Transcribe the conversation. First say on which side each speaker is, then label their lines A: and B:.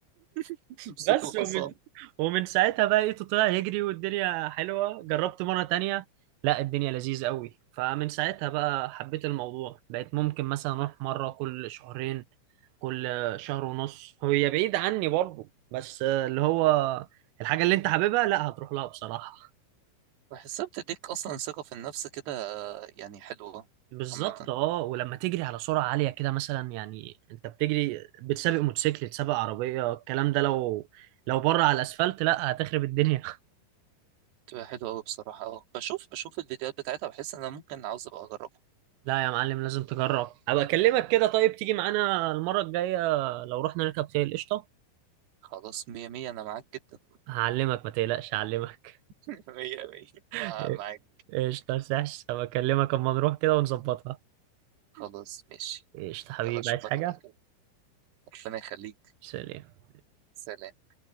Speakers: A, on the right (about 60°); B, on the right (about 80°).
A: <laughs> امسك
B: بس
A: الحصان
B: ومن ومن ساعتها بقى لقيته طلع يجري والدنيا حلوة جربت مرة تانية لا الدنيا لذيذة قوي فمن ساعتها بقى حبيت الموضوع بقيت ممكن مثلا أروح مرة كل شهرين كل شهر ونص هي بعيد عني برضه بس اللي هو الحاجة اللي أنت حاببها لا هتروح لها بصراحة
A: بحسها بتديك أصلا ثقة في النفس كده يعني حلوة
B: بالظبط
A: عامة
B: اه ولما تجري على سرعة عالية كده مثلا يعني انت بتجري بتسابق موتوسيكل تسابق عربية الكلام ده لو لو بره على الاسفلت لا هتخرب الدنيا
A: بتبقى حلوة أوي بصراحة أه بشوف بشوف الفيديوهات بتاعتها بحس إن أنا ممكن عاوز أبقى أجربها
B: لا يا معلم لازم تجرب ابقى اكلمك كده طيب تيجي معانا المرة الجاية لو رحنا نركب خيل قشطة
A: خلاص مية مية أنا معاك جدا
B: هعلمك ما تقلقش هعلمك
A: <laughs> مية مية
B: <laughs>
A: مع... معاك
B: قشطة يا سحس هبقى اكلمك اما نروح كده ونظبطها
A: خلاص ماشي
B: قشطة حبيبي
A: يلا أشوفك
B: عايز حاجة
A: على خير ربنا يخليك
B: سلام
A: سلام